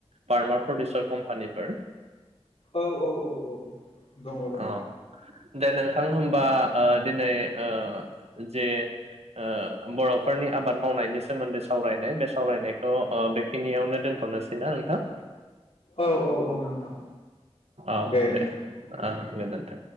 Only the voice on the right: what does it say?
फार्मार प्रडउसार कम्पानिफोर
अ दे नोंथां होनबा ओ दिनै ओ जे ओ बर'फोरनि आबाद मावनायनि सोमोन्दै सा वरायनाय बे सावरायनायखौ ओ बेखिनियावनो दोनथ'नोसैना नोंथां
औ
ओ गोजोन्थों